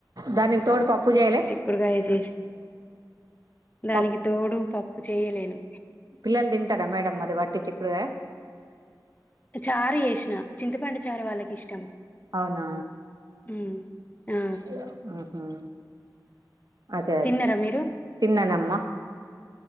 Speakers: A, on the right; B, on the left.
A: దానికి తోడు పప్పు చేయలే
B: చిక్కుడుకాయ చేసి దానికి
A: పప్పు
B: తోడు పప్పు చేయలేను
A: పిల్లలు తింటారా మేడం మరి వట్టి చిక్కుడుకాయా
B: చారు చేసిన చింతపండు చారు వాళ్ళకి ఇష్టం.
A: అవునా
B: హ్మ్. ఆ!
A: హ్ హ్ అదే అదే
B: తిన్నరా మీరు?
A: తిన్నానమ్మ